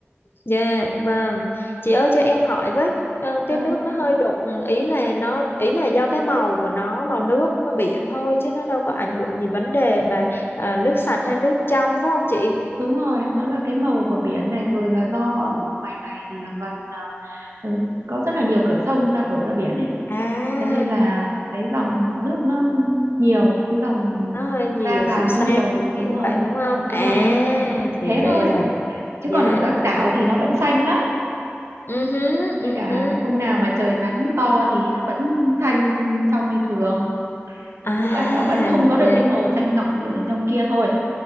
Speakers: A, on the left (about 55°); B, on the right (about 80°).
A: dạ vâng. Chị ơi cho em hỏi với, ờ,
B: Ơi,
A: cái nước nó hơi đục, ý là nó ý là do cái màu của nó, màu nước nó biển thôi chứ nó đâu có ảnh hưởng gì vấn đề mà ờ, nước sạch hay nước trong phải không chị?
B: đúng rồi, nó là cái màu của biển này rồi là do ở ngoài này thì là gần ờ, ừ, có rất là nhiều cửa sông ra đổ ra biển ấy.
A: À,
B: Cho nên là cái dòng nước nó nhiều, cái dòng
A: nó hơi nhiều
B: ra vào
A: phù sa
B: nó nhiều.
A: kiểu
B: Đúng
A: kiểu
B: rồi,
A: vậy đúng không? À,
B: đúng rồi.
A: thì
B: Thế
A: ra
B: thôi,
A: là vậy.
B: chứ
A: Dạ.
B: còn ở các đảo thì nó vẫn xanh lắm.
A: Ừ hứ,
B: Với
A: ừ
B: cả
A: hứ.
B: hôm nào mà trời nắng to thì nó vẫn xanh trong như thường.
A: À,
B: nhưng mà nó vẫn không có được
A: dạ.
B: cái màu xanh ngọc như ở bên trong kia thôi